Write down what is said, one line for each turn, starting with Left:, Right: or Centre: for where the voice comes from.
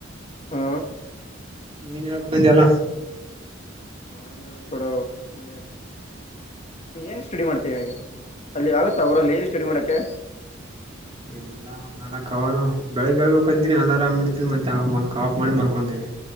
Left: ಹಾ
Right: ನೀನ್ ಯಾವಾಗ ಬಂದಿ ಅಲ್ಲ
Left: <unintelligible> ನೀ ಏನ್ ಸ್ಟಡಿ ಮಾಡ್ತೀಯಾ ಹಾಗೆ ಅಲ್ಲಿ ಆಗತ್ತಾ ಆ ಊರಲ್ಲಿ ಸ್ಟಡಿ ಮಾಡಕ್ಕೆೆ
Right: ಇಲ್ಲ ಒಂದ್ ನಾಲಕ್ ಹವರು ಬೆಳಿಗ್ಗೆ ಏಳ್ಬೇಕಂತೀನಿ ಅಲಾರಾಂ ಇಡ್ತೀನಿ ಮತ್ತೆ ಆಫ್ ಮಾಡಿ ಮಲ್ಕೊಂತೀನಿ